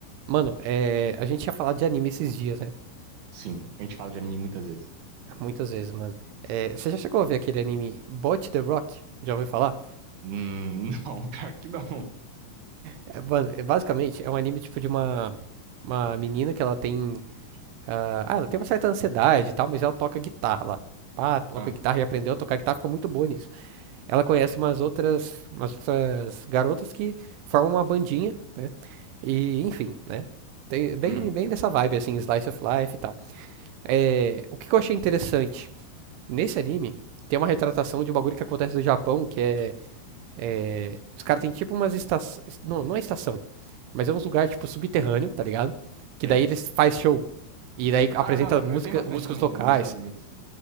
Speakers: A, on the right; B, on the right.
A: Mano, é, a gente tinha falado de anime esses dias, né?
B: Sim, a gente fala de anime muitas vezes.
A: Muitas vezes, mano. É, você já chegou a ver aquele anime Bot the Rock? Já ouviu falar?
B: Hum, <laughs> não, pior que não.
A: É, mano, é, basicamente é um anime tipo de uma, uma menina que ela tem. ah, ah, ela tem uma certa ansiedade e tal, mas ela toca guitarra lá. Pá, toca
B: Ah,
A: guitarra e aprendeu a tocar guitarra, ficou muito boa nisso. Ela conhece umas outras, umas outras garotas que formam uma bandinha, né? E, enfim, né? Tem, bem,
B: hum,
A: bem dessa vibe, assim, slice of life e tal. É, o que que eu achei interessante? Nesse anime, tem uma retratação de um bagulho que acontece no Japão, que é. é, os caras têm tipo umas estações. Não, não é estação, mas é uns lugares tipo subterrâneo, tá ligado? Que
B: sei.
A: daí eles faz show. E daí apresenta
B: Ah, não, eu-
A: música,
B: tem bastante
A: músicos
B: também,
A: locais.
B: é, nos Estados Unidos.